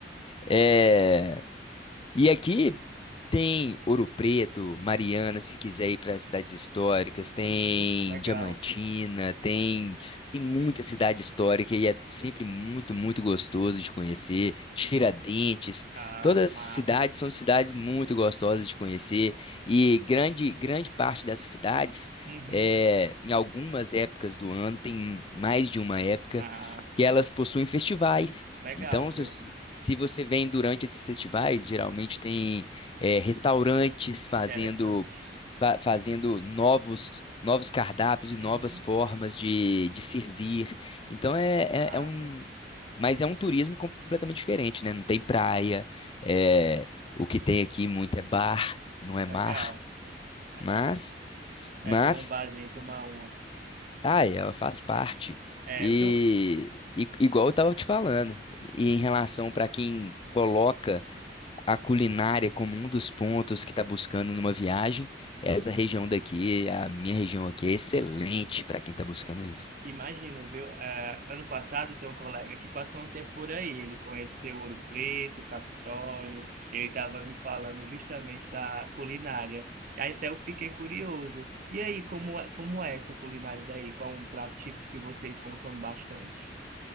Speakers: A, on the left (about 30°); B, on the right (about 50°).
A: É, e aqui tem Ouro Preto, Mariana, se quiser ir para as cidades históricas, tem
B: Uhum, legal.
A: Diamantina, tem, tem muita cidade histórica e é sempre muito, muito gostoso de conhecer. Tiradentes,
B: Ah,
A: todas as
B: massa.
A: cidades são cidades muito gostosas de conhecer e grande, grande parte dessas cidades,
B: Uhum,
A: é, em algumas épocas do ano, tem mais de uma época,
B: ah,
A: que elas possuem festivais.
B: legal,
A: Então, se,
B: viu?
A: se você vem durante esses festivais, geralmente tem é, restaurantes fazendo,
B: Interessante.
A: fa- fazendo novos, novos cardápios e novas
B: Uhum,
A: formas de, de servir. Então é,
B: massa.
A: é, é um. Mas é um turismo completamente diferente, né? Não tem praia, é, o que tem aqui muito é bar, não é
B: Legal.
A: mar.
B: <laughs>
A: Mas,
B: É
A: mas,
B: bom um barzinho tomar uma.
A: ai, ela faz parte.
B: É,
A: E,
B: eu tenho,
A: e igual eu estava te falando, e em relação para quem coloca a culinária como um dos pontos que está buscando numa viagem, essa região daqui, a minha região aqui, é excelente para quem está buscando isso.
B: Imagino, viu? Ah, ano passado tem um colega que passou um tempo por aí. Ele conheceu Ouro Preto, Capitólio. Ele estava me falando justamente da culinária. Aí até eu fiquei curioso. E aí, como é, como é essa culinária daí? Qual é um prato típico que vocês consomem bastante?